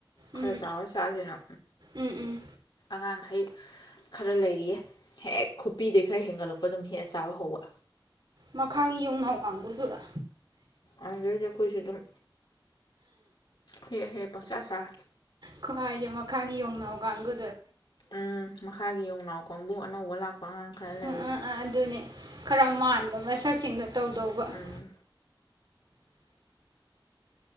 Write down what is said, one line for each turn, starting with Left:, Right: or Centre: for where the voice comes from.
Left: ꯈꯔ
Right: ꯎꯝ
Left: ꯆꯥꯎꯔ ꯆꯥꯁꯦꯅ
Right: ꯎꯝ ꯎꯝ
Left: ꯑꯉꯥꯡꯈꯩ ꯈꯔ ꯂꯩꯔꯤꯌꯦ ꯍꯦꯛ ꯈꯨꯄꯤꯗꯩ ꯈꯔ ꯍꯦꯟꯒꯠꯂꯛꯄ ꯑꯗꯨꯝ ꯍꯦꯛꯑ ꯆꯥꯕ ꯍꯧꯕ
Right: ꯃꯈꯥꯒꯤ ꯌꯣꯡꯅꯥꯎ ꯀꯥꯡꯒꯨꯗꯨꯔꯥ
Left: ꯑꯗꯨꯗꯩꯗꯤ ꯑꯩꯈꯣꯏꯁꯨ ꯑꯗꯨꯝ ꯍꯦꯛ ꯍꯦꯛ ꯄꯪꯆꯥ ꯆꯥꯔꯦ
Right: ꯈꯨꯍꯥꯏꯖ ꯃꯈꯥꯒꯤ ꯌꯣꯡꯅꯥꯎ ꯀꯥꯡꯒꯨ
Left: ꯎꯝ ꯃꯈꯥꯒꯤ ꯌꯣꯡꯅꯥꯎ ꯀꯥꯡꯕꯨ ꯑꯅꯧꯕ ꯂꯥꯛꯄ ꯑꯉꯥꯡ ꯈꯔ ꯂꯩꯌꯦ
Right: ꯑ ꯑ ꯑ ꯑꯗꯨꯅꯦ ꯈꯔ ꯃꯥꯟꯕ ꯃꯁꯛꯁꯤꯡꯗꯣ ꯇꯧꯗꯧꯕ
Left: ꯎꯝ
Right: <inaudible>